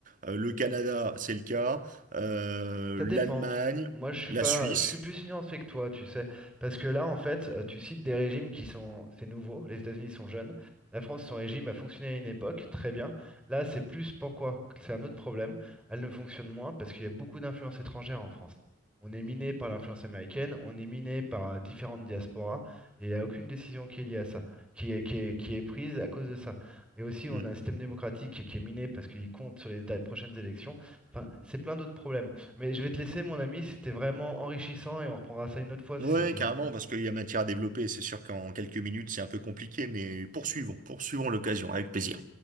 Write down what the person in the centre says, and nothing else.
Ça dépend.
Moi, je suis
pas,
je suis plus nuancé que toi, tu sais, parce que là, en fait, euh, tu cites des régimes qui sont, c'est nouveau. Les États-Unis sont jeunes. La France, son régime a fonctionné à une époque, très bien. Là, c'est plus pourquoi? que C'est un autre problème. Elle ne fonctionne moins parce qu'il y a beaucoup d'influences étrangères en France. On est miné par l'influence américaine, on est miné par euh, différentes diasporas, et il n'y a aucune décision qui est liée à ça, qui est, qui est, qui est prise à cause de ça. Et aussi, on
a un système démocratique qui est miné parce qu'il compte sur les da- prochaines élections. Enfin, c'est plein d'autres problèmes. Mais je vais te laisser, mon ami, c'était vraiment enrichissant et on reprendra ça une autre fois si
ça te dit.